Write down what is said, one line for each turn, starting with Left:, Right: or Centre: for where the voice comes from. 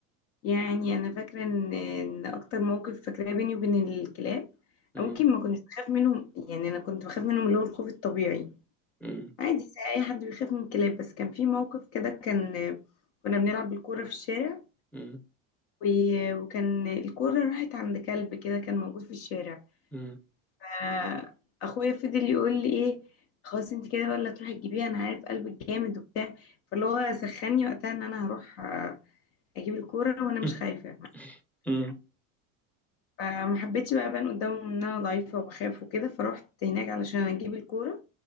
Left: يعني انا فاكره ان ان اكتر موقف فاكراه بيني وبين الكلاب
Centre: مم.
Left: ممكن ما كنتش بخاف منهم يعني انا كنت بخاف منهم اللي هو الخوف الطبيعي
Centre: مم.
Left: عادي زي اي حد بيخاف من الكلاب بس كان في موقف كده كان كنا بنلعب بالكوره في الشارع
Centre: مم.
Left: و- وكان الكوره راحت عند كلب كده كان موجود في الشارع
Centre: مم.
Left: ف- اخويا فضل يقول لي ايه خلاص انت كده بقى اللي هتروحي تجيبيها انا عارف قلبك جامد وبتاع فاللي هو سخني وقتها ان انا هروح آه، اجيب الكوره وانا
Centre: <laughs>
Left: مش خايفه
Centre: امم
Left: فما حبيتش بقى ابان قدامهم ان انا ضعيفه وبخاف وكده فروحت هناك علشان اجيب الكوره